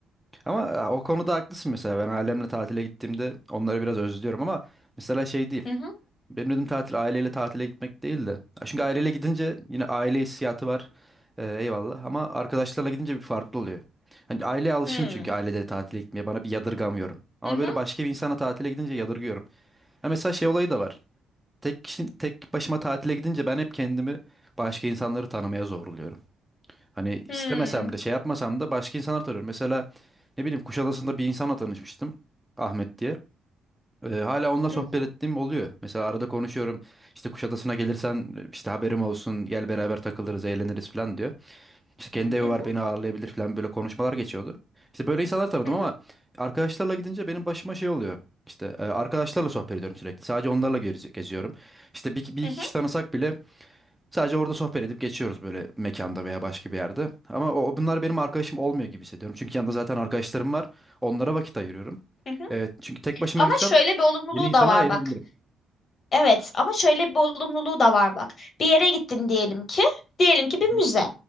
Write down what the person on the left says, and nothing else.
Hı hı.
Hmm.
Hı hı.
Hmm.
Hı hı.
Hı
hı.
Hı hı.
Hı hı.
Hı hı.
Ama
şöyle bir olumluluğu
da var
bak. Evet ama şöyle bir olumluluğu da var bak. Bir yere gittin diyelim ki, diyelim ki bir
müze.